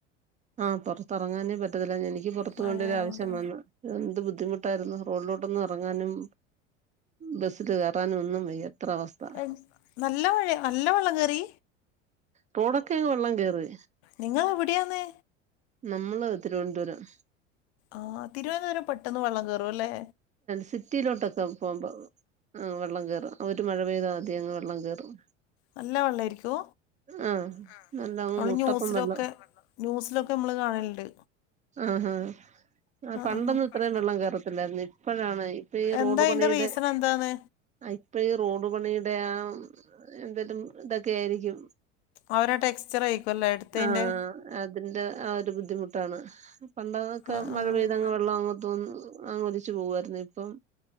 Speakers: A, on the right (about 20°); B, on the left (about 60°).
A: ആഹ് പൊറത്തെറങ്ങാനേ പറ്റത്തില്ല എനിക്ക് പൊറത്തു
B: മഴയായോണ്ട്
A: പോണ്ട ഒര ആവശ്യം വന്നു. എന്ത് ബുദ്ധിമുട്ടായിരുന്നു റോഡിലോട്ടൊന്ന് എറങ്ങാനും ബസ്സില് കേറാനും ഒന്നും വയ്യ. അത്ര അവസ്ഥ
B: അയ് നല്ല മഴയാ നല്ല വെള്ളം കേറി?
A: തൊടൊക്കെങ് വെള്ളം കേറി
B: നിങ്ങൾ എവിടെയാന്ന്
A: ന്നമ്മള് തിരുവൻന്തുരം.
B: ആഹ് തിരുവനന്തപുരം പെട്ടെന്ന് വെള്ളം കേറു അല്ലേ.
A: സിറ്റിയിലോട്ടൊക്കെ പോകുമ്പോ ആഹ് വെള്ളം കേറും ഒര് മഴ പെയ്താ ആദ്യം ള്ളം കേറും.
B: നല്ല വള്ളായിരിക്കൊ
A: ആഹ്
B: ഉം
A: നല്ലങ്ങ്
B: നമ്മള്
A: മുട്ടപ്പം
B: ന്യൂസിലൊക്കെ
A: വെള്ളം
B: ന്യൂസിലൊക്കെ അമ്മള് കാണല്ണ്ട്.
A: ആഹ് ഹാ പണ്ടൊന്നും
B: ആ ആ
A: ഇത്രേം വെള്ളം കേറത്തില്ലായിരുന്നു ഇ പ്പഴാണ് ഇപ്പ ഈ
B: എന്താ
A: റോഡ്
B: അതിന്റെ
A: പണീടെ
B: റീസൺ എന്താണ്
A: ആഹ് ഇപ്പ ഈ റോഡ് പണിയുടെ ആ എന്തേലും ഇതൊക്കെ ആയിരിക്കും
B: അവരെ ടെക്സ്ചർ ആയിരിക്കും അല്ലേ എടുത്തതിന്റെ
A: ആഹ് അ തിന്റെ ആ ഒരു ബുദ്ധിമുട്ടാണ്. പണ്ടതൊക്കെ
B: ആ
A: മഴ
B: ആ
A: പെയ്തങ്ങ് വെള്ളം അങ്ങു തോന്ന് അങ്ങ് ഒലി ച്ച് പോകുവായിരുന്നു. ഇപ്പം